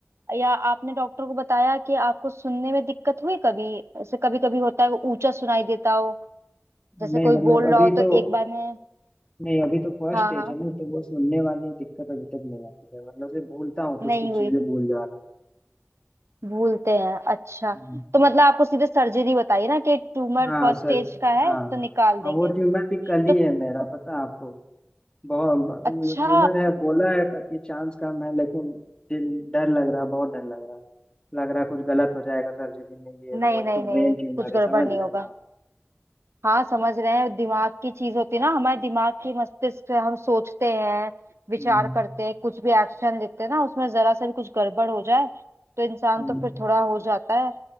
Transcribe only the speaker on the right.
या आपने डॉक्टर को बताया कि आपको सुनने में दिक्कत हुई कभी ऐसे कभी कभी होता है ऊंचा सुनाई देता हो जैसे
कोई
बोल रहा
हो तो
एक बार में
हाँ
हाँ
नहीं
हुई
भूलते हैं अच्छा
तो मतलब आपको सीधे सर्जरी बताइए ना कि ट्यूमर
फर्स्ट
स्टेज का है
तो निकाल देंगे
तो
अच्छा
नहीं
नहीं
नहीं
कुछ गड़बड़
नहीं
होगा
हाँ समझ रहे हैं दिमाग की चीज होती है ना हमारे दिमाग की मस्तिष्क से हम सोचते हैं विचार
करते हैं कुछ भी एक्शन लेते हैं ना उसमें जरा सा भी कुछ गड़बड़ हो जाए तो इंसान
तो फिर थोड़ा हो जाता है